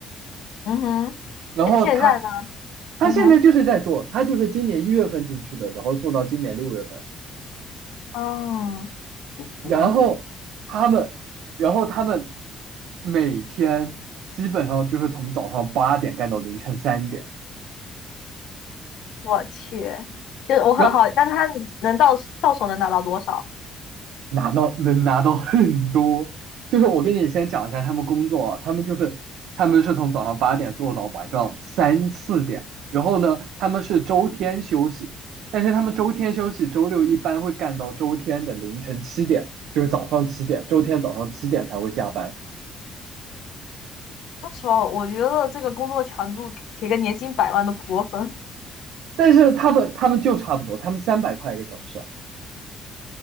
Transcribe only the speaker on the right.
然后她，
她现在就是在做，
她就是今年一月份进去的，然后做到今年六月份。
然后他们，
然后他们每天基本上就是从早上八点干到凌晨三点，
然后
拿到能拿到很多。就是我跟你先讲一下他们工作啊，他们就是他们是从早上八点做到晚上三四点，然后呢，他们是周天休息，但是他们周天休息，周六一般会干到周天的凌晨七点，就是早上七点，周天早上七点才会下班。
但是他们他们就差不多，他们三百块一个小时。